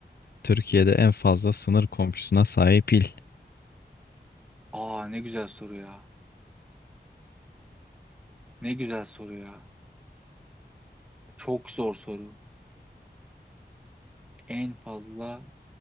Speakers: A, on the left; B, in the centre.
A: Türkiye'de en fazla sınır komşusuna sahip il.
B: Aa ne güzel soru ya. Ne güzel soru ya. Çok zor soru. En fazla